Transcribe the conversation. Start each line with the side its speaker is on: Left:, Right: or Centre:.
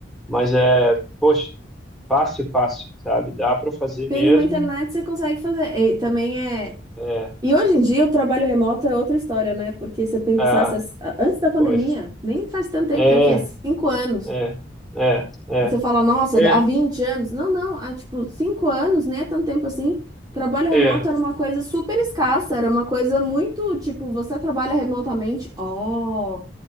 Centre: mas é, poxa, fácil, fácil, sabe? Dá para fazer
Right: Tendo
Centre: mesmo.
Right: uma internet, você consegue fazer. E também é.
Centre: É,
Right: E hoje em dia o trabalho remoto é outra história, né? Porque se você pensasse
Centre: ah,
Right: antes da pandemia,
Centre: pois.
Right: nem faz tanto tempo,
Centre: É,
Right: tem o quê? Cinco anos.
Centre: é, é, é,
Right: Você fala, nossa,
Centre: é,
Right: há 20 anos? Não, não, há tipo 5 anos, né? tanto tempo assim. Trabalho
Centre: é,
Right: remoto era uma coisa super escassa, era uma coisa muito tipo, você trabalha remotamente, ó.